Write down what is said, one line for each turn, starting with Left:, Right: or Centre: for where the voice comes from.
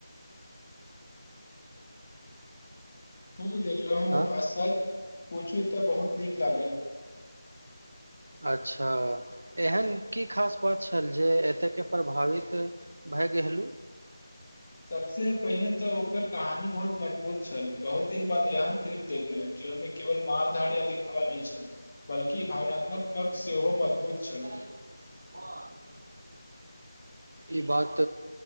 Left: ह देखलोहूँ
Right: हँ
Left: आ सच पुछू तऽ बहुत नीक लागल
Right: अच्छा एहन की खास बात छल जे एतयके प्रभावित भाग्य गेहलूँ
Left: सबसे पहिने तऽ ओकर कहानी बहुत मजबूत छल बहुत दिन बाद एहन फिल्म देखलहु जो ओ केवल मारधार या दिखावा नय छल बल्कि भावनात्मक कक्ष सेहो मजबूत छल
Right: <inaudible> ई बात